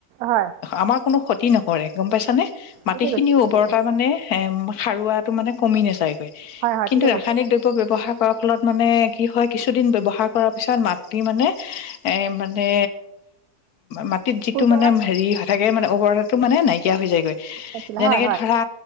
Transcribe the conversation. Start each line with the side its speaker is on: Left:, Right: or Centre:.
Right: হয়
Left: আমাৰ কোনো ক্ষতি নকৰে। গ'ম পাইছানে মাটিখিনিৰ
Right: ঠিকে কৈছে ঠিকে
Left: উৰ্বৰতা
Right: কৈছে
Left: মানে এ সাৰুৱাটো মানে কমি নাযায়।
Right: হয় হয়
Left: কিন্তু
Right: ঠিকে
Left: ৰাসায়নিক
Right: কৈছে
Left: দ্ৰব্য ব্যৱহাৰ কৰাৰ ফলত মানে কি হয় কিছুদিন ব্যৱহাৰ কৰাৰ পিছত মাটি মানে এ মানে মাটিত যিটো
Right: উৰ্বৰা
Left: মানে হেৰি স থাকে মানে উৰ্বৰতা টো মানে নাইকিয়া হৈ যায়গৈ।
Right: আছিলে
Left: যেনেকে
Right: হয় হয়
Left: ধৰা